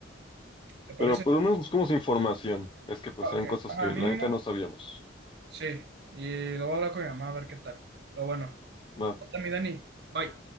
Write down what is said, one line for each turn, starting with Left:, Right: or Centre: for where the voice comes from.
Right: ¿Te parece?
Left: Pero por lo menos buscamos información. Es que pues
Right: Ok,
Left: eran cosas
Right: Ajá,
Left: que la
Right: mínimo,
Left: neta no sabíamos.
Right: sí. Y lo voy a hablar con mi mamá a ver qué tal. Pero bueno,
Left: Va.
Right: hasta mi Dani, bye.